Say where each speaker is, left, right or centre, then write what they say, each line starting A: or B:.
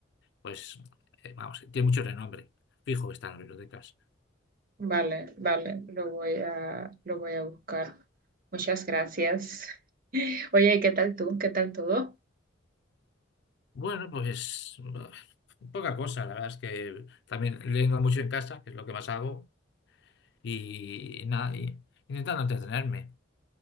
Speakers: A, on the left; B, on the right.
A: pues eh, vamos, tiene mucho renombre. Fijo que está en las bibliotecas.
B: Vale, vale, lo voy a, lo voy a buscar. Muchas gracias. <laughs> Oye, ¿qué tal tú? ¿Qué tal todo?
A: Bueno, pues bah, poca cosa, la verdad es que también leyendo mucho en casa, que es lo que más hago, y, nada, y intentando entretenerme.